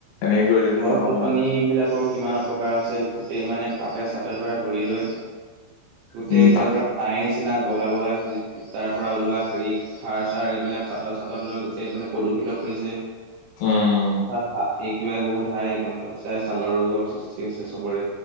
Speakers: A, on the left; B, on the right.
A: এনেকে কৰিলেতো
B: গছ
A: নহ'ব
B: গছনি
A: ন,
B: বিলাকৰো কিমান প্ৰকাৰ হৈছে গোটেই মানে পাতে চাতেৰ পৰা ধৰি লৈ গোটেই
A: উম,
B: একদম
A: পাত
B: পুৰা তায় নিচিনা বগা বগা তাৰ পৰা ওলোৱা হেৰি খাৰ-চাৰ এইবিলাক পাতত-চাতত লৈ গোটেই মানে প্ৰদূষিত কৰিছে।
A: উম।
B: তা থা এ কিউ আই বহুত হাই গম পাইছাই ছালৰ ৰোগৰ সৃষ্টি হৈছে চবৰে